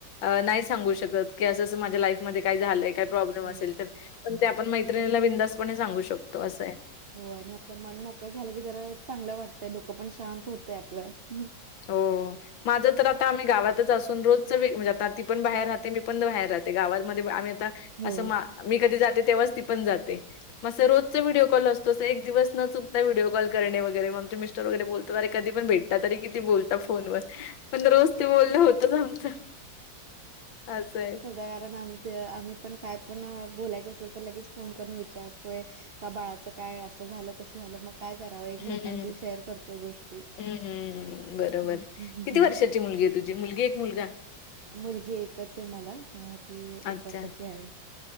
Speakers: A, on the left; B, on the right.
A: अ नाही सांगू शकत की असंं अस माझ्या लाईफमध्ये काय झालंय का प्रॉब्लेम
B: हो.
A: असेल तर पण ते आपण मैत्रिणीला बिंदासपणे सांगू शकतो असंय.
B: हो आणि आपलं मन मोकळ झालं की जरा चांगलं वाटतंय डोकं पण शांत होतंय आपलं हमम <inaudible>
A: हो. माझं तर आता आम्ही गावातच असून रोजच आता ती पण बाहेर राहते मी पण बाहेर राहते गावातमध्ये आम्ही आता
B: हो.
A: अस मी कधी जाते तेव्हा ती पण जाते म अस रोज व्हिडिओ कॉल असता तसं एक दिवस न चुकता व्हिडीओ कॉल करणे वगैर म आमचे मिस्टर वगैरे बोलतात अर कधी पण भेटतात तरी किती बोलता फोन वर पण रोज ते बोलणं होतच राहतं असय
B: उ <unintelligible> कारण आम आम्ही पण काय पण बोलायचं असेल तर लगेच फोन करून विचारतोय. का बाळाच काय असं झालं तसं झालं मग काय करावं एकमेकांशी
A: हं, हं.
B: शेअर करतोय गोष्टी.
A: हं, हं. बरोबर.
B: हं.
A: किती वर्षाची मुलगी आहे तुझी मुलगी. मुलगा?
B: मुलगी एकचय मला हा ती
A: अच्छा.
B: एक वर्षाची आहे.